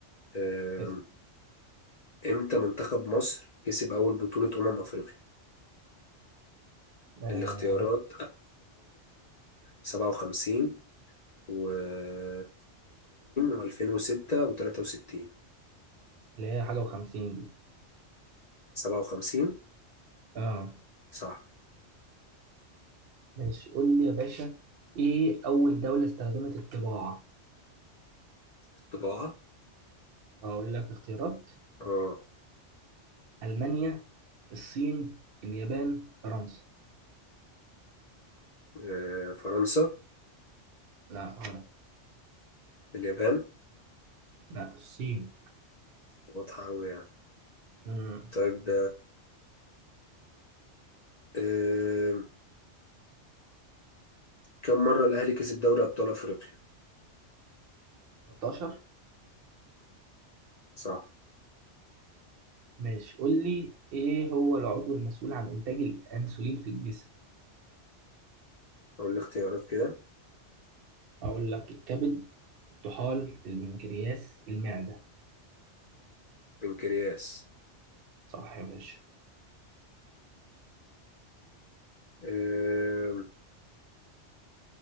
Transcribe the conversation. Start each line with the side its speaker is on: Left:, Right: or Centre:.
Left: أم،
Right: اسم
Left: امتى منتخب مصر كسب اول بطولة امم افريقيا
Right: آه
Left: الاختيارات 1957 و86 و2006 و63
Right: اللي هي حاجة وخمسين دي
Left: 57
Right: اه
Left: صح
Right: ماشي قول لي يا باشا ايه أول دولة استخدمت الطباعة؟
Left: الطباعة
Right: هقول لك اختيارات
Left: اه
Right: ألمانيا الصين اليابان فرنسا
Left: أه، فرنسا
Right: لا غلط
Left: اليابان
Right: لا الصين
Left: واضحة أوي يعني
Right: امم
Left: طيب آه، كم مرة الأهلي كسب دوري أبطال أفريقيا؟
Right: 13
Left: صح
Right: ماشي قول لي ايه هو العضو المسؤول عن إنتاج الأنسولين في الجسم؟
Left: أقول الاختيارات كده
Right: هقول لك الكبد طحال البنكرياس المعدة
Left: بنكرياس
Right: صح يا باشا
Left: آه،